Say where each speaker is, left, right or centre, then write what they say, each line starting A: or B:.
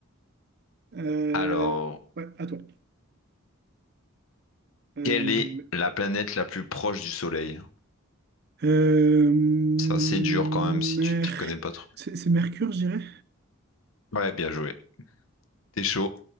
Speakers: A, on the right; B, on the left.
A: Euh,
B: Alors,
A: ouais, à toi. Euh,
B: quelle est la planète la plus proche du Soleil?
A: euh, Mer-
B: C'est assez dur quand même si tu t'y connais pas trop.
A: C'est c'est Mercure, je dirais.
B: Ouais, bien joué. T'es chaud.